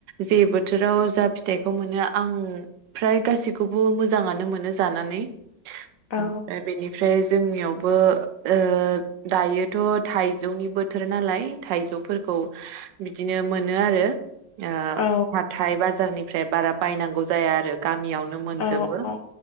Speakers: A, on the right; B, on the left.
A: जे बोथोराव जा फिथाइखौ मोनो आं फ्राय गासिखौबो मोजाङानो मोनो। नो जानानै
B: औ
A: ओ फाय बिनि फ्राय जोंनियावबो ओ दायोथ' थाइजौनि बोथोर नालाय थाइजौफोरखौ बिदिनो मोनो आरो ओ
B: औ
A: हाथाइ बाजारनि फ्राय बारा बायनांगौ जाया आरोग गामियावनो मोनजोबो।
B: औ औ